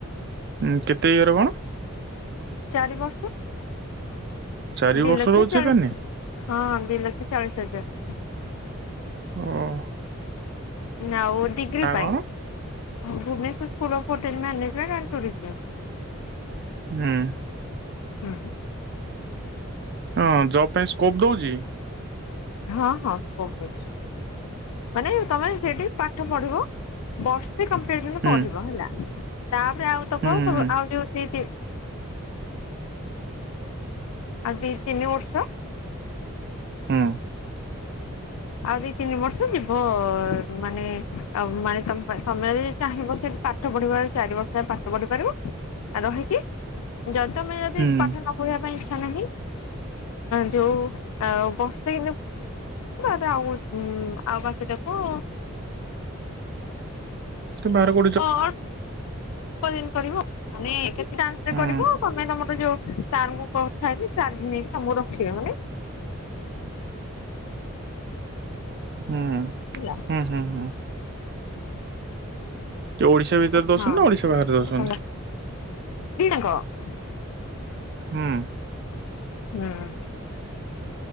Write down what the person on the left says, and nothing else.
ଚାରି ବର୍ଷ
ଦୁଇ
ଲକ୍ଷ
ଚାଳିଶ।
ହଁ ଦୁଇ ଲକ୍ଷ ଚାଳିଶ ହଜାର।
ନା ଡିଗ୍ରୀ ପାଇଁ
ଭୁବନେଶର ସ୍ ହୋଟେଲ ମାନେଜ।
ହୁଁ।
ହଁ ହଁ ବହୁତ ଅଛି। ମାନେ ତମେ ସେଠି ପାଠ ପଢିବ ବର୍ଷେ କ
ପଢିବ ହେଲା। ତାପରେ ଆଉ ତ
କଣ
ସବୁ ଆଉ ଯୋଉ ସେଇଠ, ଆ କିନଷ
ଆଉ ଦି ତିନି ବର୍ଷ ଯିବ ମାନେ ଆ ମାନେ ତମ ତମେ ଯ ଚାାର ବର୍ଷ ପାଠ ପଢିପାର ଚାରି ବର୍ଷ ପାଠ ପଢି ପାରିବ ଆଉ ରହିକି। ଯଦ ତମେ ଯଦି
ପାଠ ନ ଇଛା ନା ଯୋଉ ବର୍ଷେ ଆଉ ଆଉ ବାକ ଦେଖ
ଓ ଦିନ କରିବ କେତେ ଟନ୍ରେ
କରିବୁ। ତମେ ତମର ଯୋଉ ସାର୍ଙ୍କୁ କଥା କି ସାର୍ ନେଇକି ତମକୁ ରଖିବା ମାନେ
ହେଲା
ହଙ୍କ
ହୁଁ।